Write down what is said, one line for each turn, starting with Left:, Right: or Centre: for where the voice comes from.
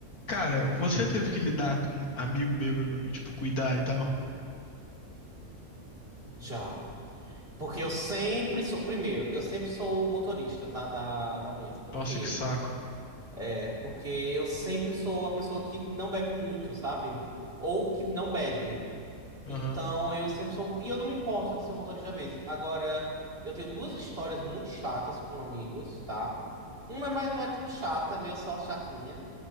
Left: Cara, você teve que lidar com um amigo bêbado e, tipo, cuidar e tal?
Right: Já. Porque eu sempre sou. Primeiro, eu sempre sou o motorista, tá? Da, da vez. Por
Left: Nossa,
Right: quê?
Left: que saco.
Right: É porque eu sempre sou a pessoa que não bebe muito, sabe? Ou que não bebe.
Left: Aham.
Right: Então eu sempre sou. E eu não me importo de ser o motorista da vez. Agora, eu tenho duas histórias muito chatas com amigos, tá? Uma é mais, não é tão chata, é meio só chatinha.